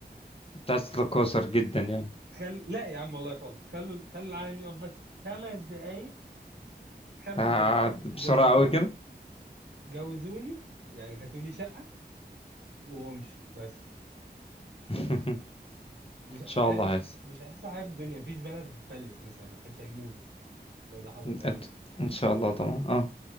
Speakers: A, on the left; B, on the right.
A: بس قاصر جدا يعني
B: خل لا يا عم والله خالص خلوا خلوا العالم يقف بس خمس دقايق خمس
A: تع-
B: دقايق
A: بسرعة
B: جوزوني
A: قوي كده
B: جوزوني يعني هاتوا لي شقة وامشوا بس
A: <laughs>
B: مش
A: ان
B: ح-
A: شاء الله
B: مش
A: هيحصل
B: مش هيحصل حاجة في الدنيا مفيش بلد هتفلس مثلا ما حدش هيموت لو ده حصل فاهم
A: انت ان شاء الله طبعا اه